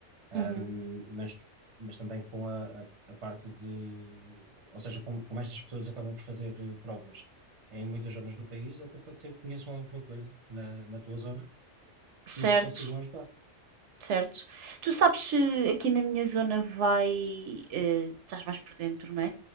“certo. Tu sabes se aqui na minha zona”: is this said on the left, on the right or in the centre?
Right